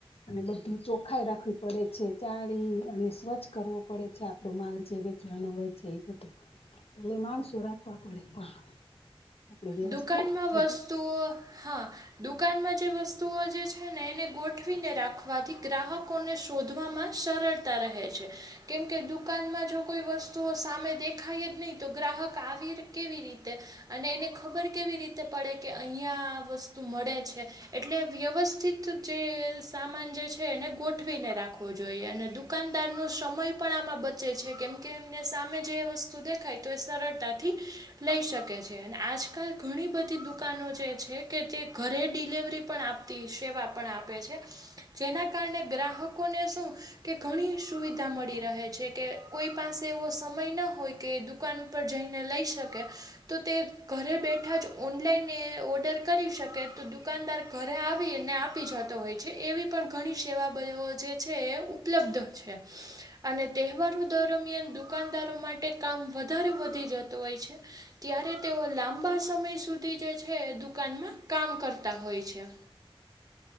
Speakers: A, on the left (about 80°); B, on the right (about 40°).
A: અને બધું ચોખાઈ રાખવી પડે છે ચારી અને સ્વચ્છ કરવો પડે છે આપડો માલ જેવી પૂછવાનું હોય છે એ બધું એટલે માણસું રાખવા પડે પણ આપણે વ્યવસ્થિત
B: દુકાનમાં વસ્તુઓ
A: બધું
B: હા દુકાનમાં જે વસ્તુઓ જે છે ને એને ગોઠવીને રાખવાથી ગ્રાહકોને શું શોધવામાં સરળતા રહે છે કેમકે દુકાનમાં જો કોઈ વસ્તુઓ સામે દેખાય નય તો ગ્રાહક આવી કેવી રીતે અને એને ખબર કેવી રીતે પડે કે અહીંયા વસ્તુ મળે છે એટલે વ્યવસ્થિત જે સામાન જે છે એને ગોઠવીને રાખવો જોઈએ અને દુકાનદાર નો સમય પણ આમાં બચે છે કેમ કે એમને સામે જે એ વસ્તુ દેખાય તો એ સરળતાથી લઈ શકે છે અને આજ કાલ ઘણી બધી દુકાનો જે છે કે જે ઘરે ડિલેવરી પણ આપતી સેવા પણ આપે છે જેના કારણે ગ્રાહકોને શું કે ઘણી સુવિધા મળી રહે છે કે કોઈ પાસે એવો સમય ન હોય કે દુકાન પર જઈને લઈ શકે તો તે ઘરે બેઠા જ ઓનલાઈન ને ઓર્ડર કરી શકે તો દુકાનદાર ઘરે આવીને આપી જા તો હોય છે એવી પણ ઘણી સેવા બ જે છે ઉપલબ્ધ છે અને તહેવાર દરમિયાન દુકાનદારો માટે કામ વધારે વધી જતો હોય છે ત્યારે તેઓ લાંબા સમય સુધી જે છે દુકાનમાં કામ કરતા હોય છે <inaudible>